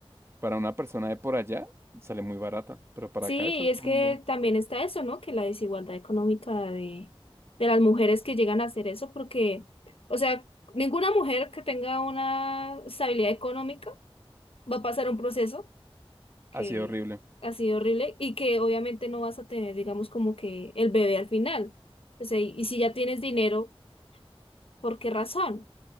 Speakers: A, on the right (about 25°); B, on the left (about 70°).
A: para una persona de por allá sale muy barata, pero para
B: Sí,
A: acá eso es
B: es
A: un
B: que
A: boom.
B: también está eso, ¿no? Que la desigualdad económica de, de las mujeres que llegan a hacer eso, porque, o sea, ninguna mujer que tenga una estabilidad económica va a pasar un proceso que
A: Ha sido horrible.
B: ha sido horrible y que obviamente no vas a tener, digamos, como que el bebé al final. O sea, y y si ya tienes dinero, ¿por qué razón?